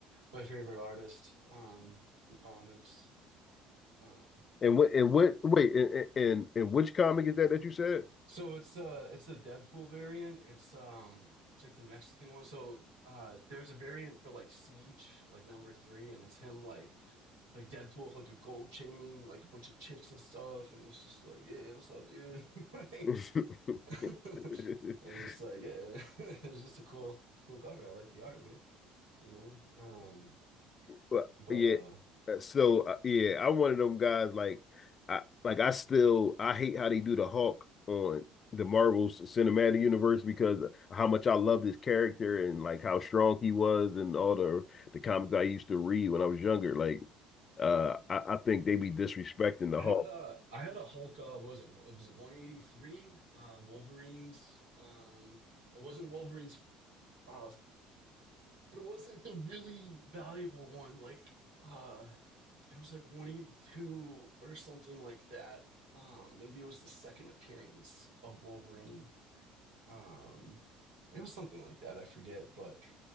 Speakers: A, on the right; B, on the left.
A: my favorite artist um, for comics. Um,
B: And what and what wait and and, and which comic is that that you said?
A: so it's uh it's the Deadpool variant. It's um it's like the Mexican one. So uh there's a variant for like Siege, like number three, and it's him like like Deadpool with like a gold chain, like a bunch of chicks and stuff, and he's just like, Yeah, what's up, dude? <laughs> like,
B: <laughs>
A: <laughs> and it's just like, yeah, <laughs> it was just a cool cool cover. I like the art, man. You know? Um
B: Well,
A: but
B: yeah.
A: uh,
B: Uh, So uh, yeah, I'm one of them guys. Like I like I still I hate how they do the Hulk on the Marvel's cinematic universe because of how much I love this character and like how strong he was and all the the comics I used to read when I was younger. Like uh, I, I think they be disrespecting the
A: I
B: Hulk.
A: had a I had a Hulk. Uh, what was it? It was it 183 uh, Wolverines. Um, it wasn't Wolverines. Uh, it wasn't the really valuable one. Like uh, it was like 182 or something like that. Um, maybe it was the second appearance of Wolverine. Um, it was something like that. I forget, but